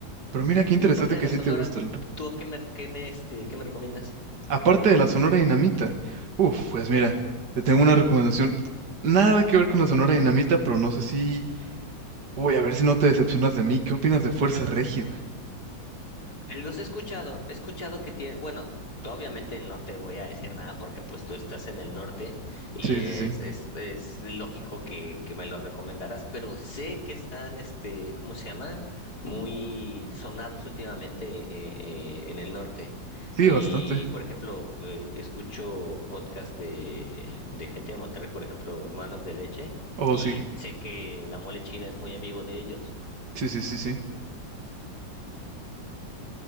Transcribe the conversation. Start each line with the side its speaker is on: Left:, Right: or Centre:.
Right: Pero mira, qué interesante
Left: Y aparte de
Right: que
Left: la
Right: sí
Left: Sonora,
Right: te gusta el,
Left: ¿tú a qué me, qué me, este, qué me recomiendas?
Right: Aparte de la Sonora Dinamita. Uf, pues mira, te tengo una recomendación. Nada que ver con la Sonora Dinamita, pero no sé si... Uy, a ver si no te decepcionas de mí. ¿Qué opinas de Fuerza Régida?
Left: Los he escuchado, he escuchado que tiene, bueno, obviamente no te voy a decir nada porque pues tú estás en el norte y
Right: Sí,
Left: es,
Right: sí, sí.
Left: es, es lógico que, que me lo recomendaras, pero sé que están, este, ¿cómo se llama? Muy sonados últimamente eh, eh, en el norte.
Right: Sí,
Left: Y,
Right: bastante.
Left: por ejemplo, eh, escucho podcasts de, de gente de Monterrey, por ejemplo, Hermanos de Leche,
Right: Oh,
Left: y
Right: sí.
Left: sé que la mole china es muy amigo de ellos.
Right: Sí, sí, sí, sí.